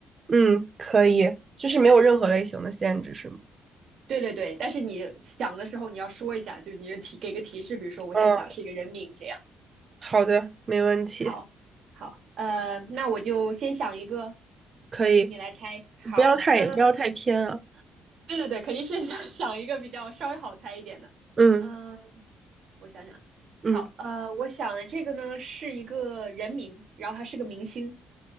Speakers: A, on the right; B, on the right.
A: 嗯，可以，就是没有任何类型的限制，是吗？
B: 对对对，但是你想的时候你要说一下，就你就提给个提示，比如说我现在想是一个人名这样。
A: 嗯，好的，没问题，
B: 好，好，呃，那我就先想一个，
A: 可以，
B: 你来猜。好，
A: 不要太不要太偏啊。
B: 嗯、对对对，肯定是 <laughs> 想一个比较稍微好猜一点的。
A: 嗯
B: 嗯、我想想，
A: 嗯，
B: 好，呃，我想的这个呢是一个人名，然后他是个明星，